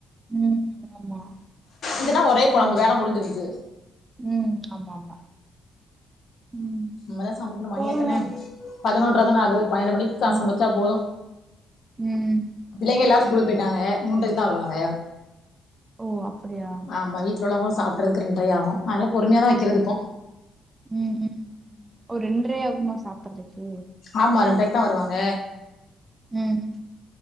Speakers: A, on the right; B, on the left.
A: ம் ஆமா
B: இதுனா ஒரே
A: கூட்டு
B: கொழம்பு வேல
A: வெக்கனு
B: முடிஞ்சிருது
A: ம் ஆமா ஆமா ம்
B: நம்மதா சமைக்கணு மணி
A: கோலம்லா
B: எத்தன பதினொன்ற தான ஆகுது பன்னெண்டு மணிக்குதா
A: ஆமா
B: சமைச்சா போது
A: ம்
B: பிள்ளைங்கல்லா ஸ்கூல்க்கு
A: ம்
B: போயிட்டாங்க மூன்றைக்குதா வருவாங்க
A: ஓ அப்படியா
B: ஆமா வீட் ல உள்ளவங்களு சாப்ட்றதுக்கு ரெண்ரை ஆகு அதனால பொறுமையாதா வக்கிறது
A: ம்
B: இப்போ
A: ம் ம் ஓ ரெண்ரை ஆகுமா சாப்ட்றதுக்கு
B: ஆமா ரெண்ரைக்குதா வருவாங்க
A: ம்